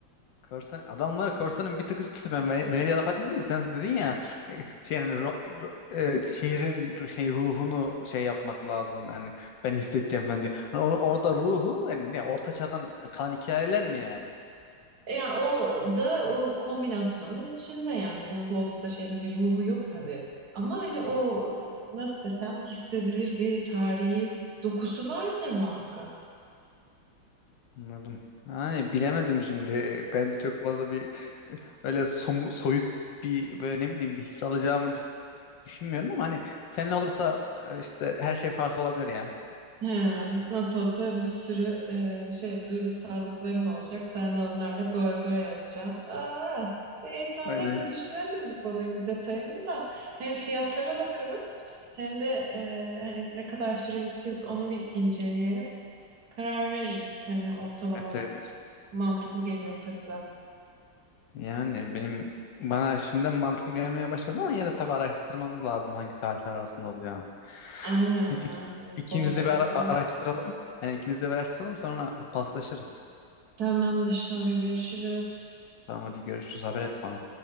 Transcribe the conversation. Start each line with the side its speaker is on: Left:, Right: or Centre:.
Left: Korsan, adamlar korsanın bir tık üstü. Ben Ven- Venedik'e laf etmedim ki sen dedin ya e, şey hani ro- ro- e, şehrin ru- şey ruhunu şey yapmak lazım yani ben hissedeceğim ben diyor. Hani or- orada ruhu yani ne orta çağdan kalan hikayeler mi yani?
Right: E Yani o da o kombinasyonun içinde yani ruhu olup da şehrin bir ruhu yok tabii. Ama hani o nasıl desem hissedilir bir tarihi dokusu vardır muhakkak.
Left: Anladım. Yani bilemedim şimdi. Ben çok fazla bir öyle somu- soyut bir böyle ne bileyim bir his alacağımı dü- düşünmüyorum ama hani seninle olursa e, işte her şey farklı olabilir ya.
Right: He, nasıl olsa bir sürü e, şey duygusallıklarım olacak. Sen de onlarla goy goy yapacaksın. Aa, iyi tamam.
Left: Aynen.
Right: Neyse düşünelim biz bu konuyu bir detayını da. Hem fiyatlara bakalım hem de e, hani ne kadar süre gideceğiz onu bir inceleyelim. Karar veririz hani ortalama
Left: Evet evet.
Right: mantıklı geliyorsa bize.
Left: Yani benim bana şimdiden mantıklı gelmeye başladı ama yine de tabii araştırmamız lazım hangi tarihler arasında olacağını.
Right: Aynen
Left: Neyse
Right: yani
Left: ik- ikimiz
Right: bodoslama
Left: de bir ara-
Right: gidemeyiz.
Left: araştıralım. Hani ikimiz de bir araştıralım sonra paslaşırız.
Right: Tamamdır sonra görüşürüz.
Left: Tamam hadi görüşürüz haber et bana.